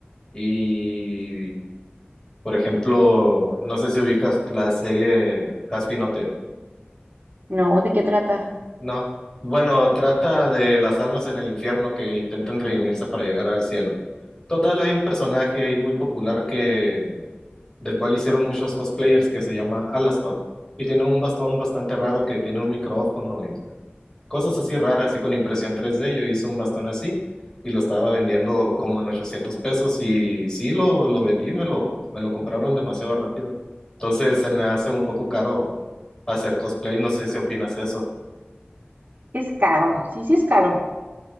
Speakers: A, on the left; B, on the right.
A: Y Por ejemplo, no sé si ubicas la serie Hazbin Hotel.
B: No, ¿de qué trata?
A: No. Bueno, trata de las almas en el infierno que intentan redimirse para llegar al cielo. Total, hay un personaje ahí muy popular que del cual hicieron muchos cosplayers que se llama Alastor y tiene un bastón bastante raro que tiene un micrófono y cosas así raras, así con impresión tres d Yo hice un bastón así y lo estaba vendiendo como en 800 pesos y sí, lo, lo vendí, me lo, me lo compraron demasiado rápido. Entonces se me hace un poco caro hacer cosplay, no sé si opinas eso.
B: Es caro, sí, sí es caro.